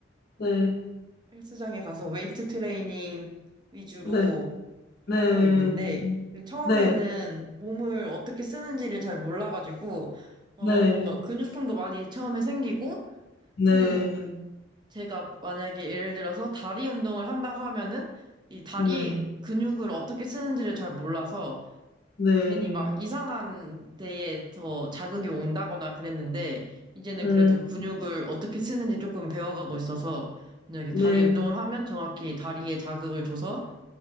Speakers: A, on the left (about 55°); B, on the right (about 25°).
A: 네,
B: 헬스장에 가서 웨이트 트레이닝 위주로
A: 네, 네,
B: 하고 있는데 처음에는
A: 네,
B: 몸을 어떻게 쓰는지를 잘 몰라가지고 어
A: 네,
B: 뭔가 근육통도 많이 처음에 생기고
A: 네,
B: 또 제가 만약에 예를 들어서 다리 운동을 한다고 하면은 이 다리
A: 네,
B: 근육을 어떻게 쓰는지를 잘 몰라서
A: 네,
B: 괜히 막 이상한 데에 더 자극이 온다거나 그랬는데, 이제는
A: 음,
B: 그래도 근육을 어떻게 쓰는지 조금 배워가고 있어서, 그냥 이렇게
A: 네,
B: 다리 운동을 하면 정확히 다리에 자극을 줘서,